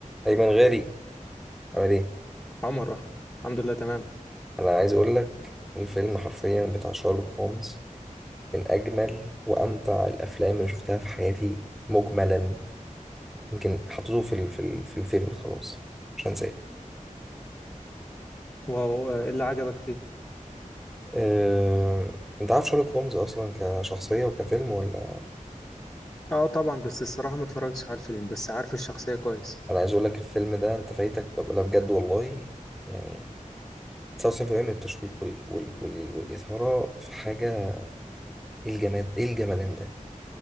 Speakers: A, in the centre; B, on the left.
A: أيمن غالي عامل إيه؟
B: عمر أخ. الحمد لله تمام
A: أنا عايز أقول لك الفيلم حرفيا بتاع شارلوك هولمز من أجمل وأمتع الأفلام اللي شفتها في حياتي مجملا يمكن حطيته في ال في ال في الفيفوريت خلاص مش هنساه
B: واو آه، إيه اللي عجبك فيه
A: أه... أنت عارف شارلوك هولمز أصلا كشخصية وكفيلم ولا
B: اه طبعا بس الصراحة ما اتفرجتش على الفيلم بس عارف الشخصية كويس
A: أنا عايز أقول لك الفيلم ده أنت فايتك لا بجد والله يعني 99% من التشويق وال... وال... وال... والإثارة في حاجة إيه الجماد إيه الجمدان ده